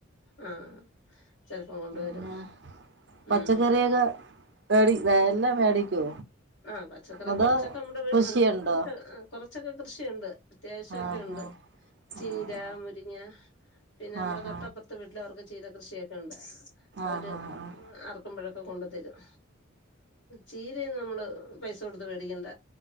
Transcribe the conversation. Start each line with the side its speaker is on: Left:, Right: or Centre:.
Left: ആഹ് ചെലപ്പോം കൊണ്ടുവരും
Right: പിന്നെ പച്ചക്കറിയൊക്കെ
Left: ഉം
Right: മേടി എല്ലാം മേടിക്കോ
Left: ആഹ് പച്ചക്കറി
Right: അതോ
Left: കൊറച്ചൊക്കെ നമ്മടെ വീട്ടിലുണ്ട്
Right: കൃഷിയുണ്ടോ
Left: കുറച്ച് ആഹ് കൊറച്ചൊക്കെ കൃഷിയുണ്ട് അത്യാവശ്യക്കെണ്ട്
Right: ആഹ്
Left: ചീര
Right: ആഹ്
Left: മുരിങ്ങ പിന്നെ നമ്മടെ
Right: ആഹ് ആഹ്
Left: തൊട്ടപ്പറത്ത്
Right: ആഹ്
Left: വീട്ടില് അവർക്ക് ചീര കൃഷിയൊക്കെണ്ട് അവര്
Right: ആഹ് ആഹ് ആഹ്
Left: ഉം അർ ക്കുമ്പോഴൊക്കെ കൊണ്ട് തരും ചീരയൊന്നും നമ്മള് പൈസ കൊടുത്ത് വേടിക്കണ്ട